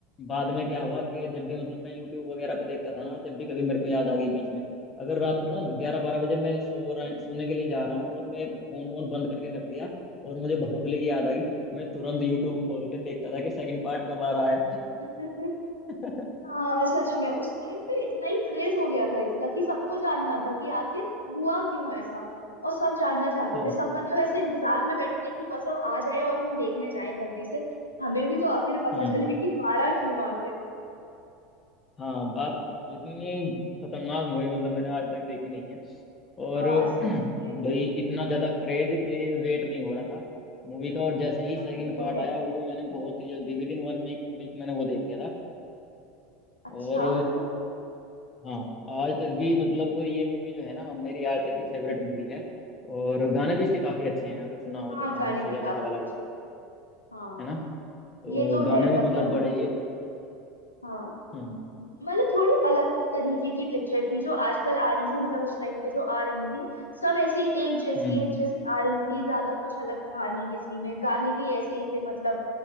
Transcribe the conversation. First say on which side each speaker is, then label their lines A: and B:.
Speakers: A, on the left; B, on the left.
A: बाद में क्या हुआ कि जब भी मतलब मैं यूट्यूब वगैरह पे देखता था ना जब भी कभी मेरे को याद आ गई बीच में अगर रात को ना ग्यारह
B: हाँ
A: बारह बजे मैं सो रहा सोने के लिए जा रहा हूँ और मैं फोन वोन बंद करके रख दिया और मुझे बाहुबली की याद आ गई मैं तुरंत यूट्यूब खोल के देखता था कि सेकंड पार्ट कब आ रहा है
B: <laughs>
A: <laughs>
B: हाँ सच में उस टाइम पे इतना ही क्रेज हो गया था इसका कि सबको जानना था कि आखिर हुआ क्यों ऐसा और सब जानना चाहते
A: हाँ
B: थे सब मतलब ऐसे इंतजार में बैठे थे कि बस अब आ जाए और हम देखने जाएं जल्दी से हमें भी तो आखिर पता
A: हम्म
B: चले कि मारा क्यों आखिर
A: हाँ बात इतनी खतरनाक मूवी मतलब मैंने आज तक देखी नहीं है और
B: हाँ
A: <clears throat>
B: सच में
A: भाई इतना ज्यादा क्रेज के वेट नहीं हो रहा था मूवी का और जैसे ही
B: हाँ
A: सेकंड
B: ये
A: पार्ट
B: तो है
A: आया वो भी मैंने बहुत ही जल्दी विद इन वन वीक मैंने वो देख लिया था
B: अच्छा
A: और
B: <laughs>
A: हाँ आज तक भी मतलब ये मूवी जो है ना मेरी आज तक की फेवरेट मूवी है और गाने भी इसके काफी अच्छे हैं अगर सुना हो
B: हाँ
A: तो गाना
B: गाने
A: सोजा
B: भी काफी
A: जरा वाला गाना
B: अच्छे थे हाँ
A: है ना तो
B: ये तो
A: गाने
B: है
A: भी
B: मतलब
A: मतलब बड़े ही
B: हाँ
A: हम्म
B: मतलब थोड़ी अलग तरीके की पिक्चर थी जो आजकल आ रही थी मतलब उस टाइम पे जो आ रही थी सब ऐसी एक जैसी
A: हम्म हम्म,
B: एक जैसी आ रही थी ज्यादा कुछ अलग था नहीं किसी में गाने भी ऐसे ही थे मतलब